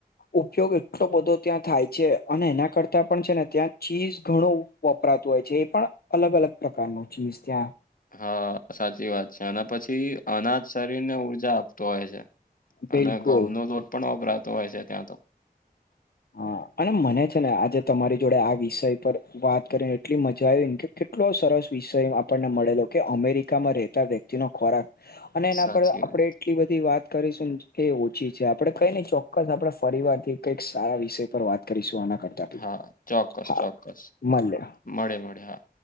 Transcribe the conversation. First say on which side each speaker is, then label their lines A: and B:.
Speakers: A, on the left; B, on the left.
A: ઉપયોગ એટલો બધો ત્યાં થાય છે. અને એના કરતાં પણ છે ને ત્યાં ચીઝ ઘણું વપરાતું હોય છે. એ પણ અલગ અલગ પ્રકારનો ચીઝ ત્યાં
B: હા સાચી વાત છે. અને પછી અનાજ શરીર ને ઊર્જા આપતું હોય છે.
A: બિલકુલ
B: અને ઘઉં નો લોટ પણ વપરાતો હોય છે. ત્યાં તો <inaudible>
A: હા અને મને છે ને આજે તમારી જોડે આ વિષય પર વાત કરીને એટલી મજા આવી ને કે કેટલો સરસ વિષય આપણને મળેલો કે અમેરિકામાં રહેતા વ્યક્તિનો ખોરાક. અને એના
B: સાચી
A: પર આપણેે
B: વાત
A: એટલી બધી વાત કરીશું. એ ઓછી છે. આપડે કઈ નહી ચોક્કસ આપણેે ફરીવારથી કંઈક સારા વિષય પર વાત કરીશું આના કરતા. બી
B: હા ચોક્કસ
A: હા
B: ચોક્કસ.
A: મળે
B: મળે મળે હા.